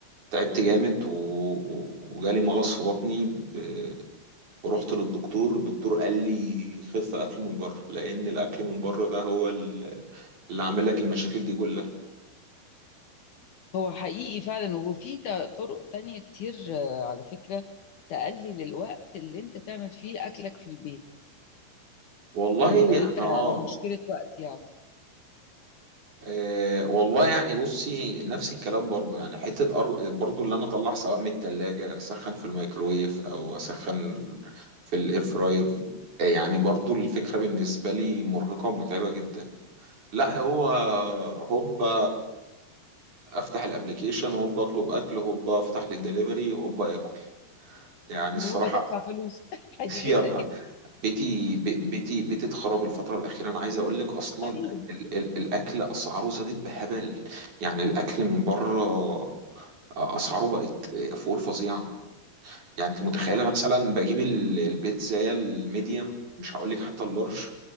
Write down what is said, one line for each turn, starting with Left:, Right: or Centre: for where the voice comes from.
Right: تعبت جامد و... و- وجالي مغص في بطني ب... ورحت للدكتور الدكتور قال لي خف اكل من بره لان الاكل من بره ده هو ال- اللي عامل لك المشاكل دي كلها
Left: هو حقيقي فعلا وفي ت- طرق تانية كتير آه، على فكره تقلل الوقت اللي انت تعمل فيه اكلك في البيت
Right: والله
Left: يعني
Right: يعني
Left: لو انت
Right: اه
Left: مشكله وقت يعني
Right: آه، والله يعني بصي نفس الكلام برضه يعني حتة أر- برضه اللي أنا أطلع سواء من التلاجة أسخن في الميكروويف أو أسخن في الإير فراير آه، يعني برضه الفكرة بالنسبة لي مرهقة ومتعبة جدا لا هو هوبا أفتح الأبليكيشن هوبا أطلب أكل هوبا أفتح للدليفري هوبا آكل يعني
Left: وهو
Right: الصراحة
Left: بتدفع فلوس <laughs> عادي
Right: <laughs>
Left: جدا
Right: يلا بيتي بي- بيتي بيتي اتخرب الفترة الأخيرة أنا عايز أقول لك أصلا
Left: طيب
Right: ال ال الأكل أسعاره زادت بهبل يعني الأكل من بره أسعاره بقت فوق الفظيعة يعني أنت متخيلة
Left: طب
Right: مثلا بجيب ال- البيتزا الميديم مش هقول لك حتى اللارج